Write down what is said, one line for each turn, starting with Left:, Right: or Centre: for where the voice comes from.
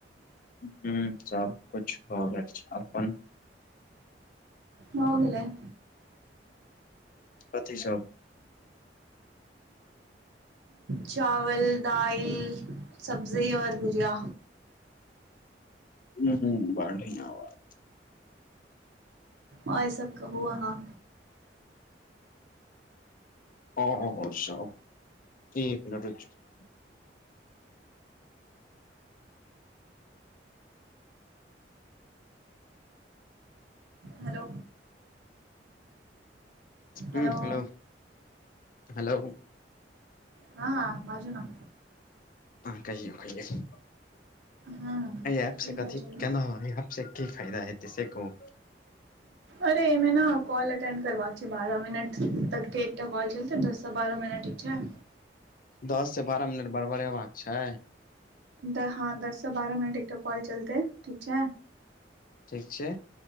Left: हुँ सबकुछ हो रहल छै। अपन
Right: हो गेलेय
Left: कथि सब
Right: चावल, दाइल, सब्जी और भुजिया
Left: हुँ - हुँ बढ़िया बात
Right: आओर सब कहुँ अहाँ
Left: आओर सब एक मिनट रुकि जाउ
Right: हेलो हेलो
Left: उंह हेलौ, हेलौ
Right: हँ हँ बाजु न
Left: अहाँ कहियौ कहियौ
Right: हँ
Left: अहि एप
Right: की
Left: से
Right: कहै
Left: कथि
Right: छलियै
Left: केना होइये एहि से कि फायदा हेतै से कहु
Right: अरे एहिमे ने कॉल अटेंड करबाक छै बारह मिनट तकके एकटा कॉल चलतै दससँ बारह मिनट ठीक छै
Left: दस से बारह मिनट बड़बरेबाक छै
Right: दस हाँ दस से बारह मिनट एकटा कॉल चलतै, ठीक छै
Left: ठीक छै।